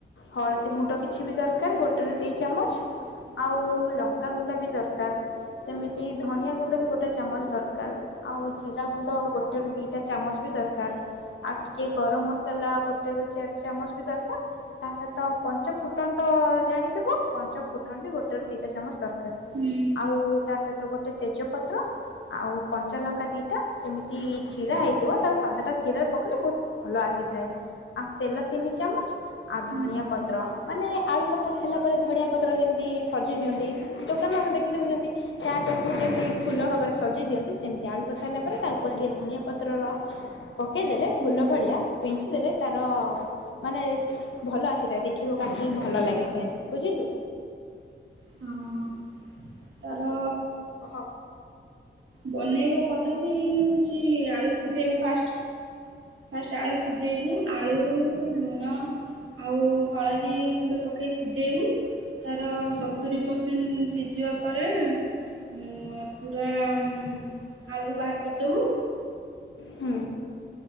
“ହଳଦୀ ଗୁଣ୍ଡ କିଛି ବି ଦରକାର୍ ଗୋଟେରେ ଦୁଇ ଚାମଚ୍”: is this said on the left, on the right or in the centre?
Left